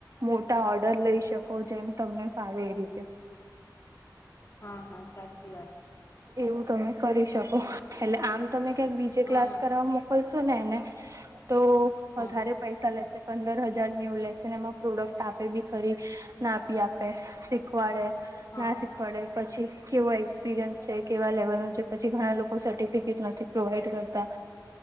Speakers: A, on the right; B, on the left.
A: મોટા આ ર્ડર લઈ શકો જેમ તમને ફાવે એ રીતે.
B: હા હા સાચી વાત છે.
A: એવું તમે કરી શકો એટલે આમ તમે ક્યાંક બીજે
B: હા
A: ક્લાસ કરવા મોકલશો તો ને ને તો વધારે
B: હા
A: પૈસા લે છે. પંદર હજાર એવું લેશે ને એમાં પ્રોડક્ટ આપે બી ખરી ના બી આપે શીખવાડે
B: હા
A: ના શીખ વાડે પછી કેવો એક્સપિરિયન્સ છે કેવા લેવલ નું છે પછી ઘણા લોકો સર્ટિફિકેટ નથી પ્રોવાઈડ કરતા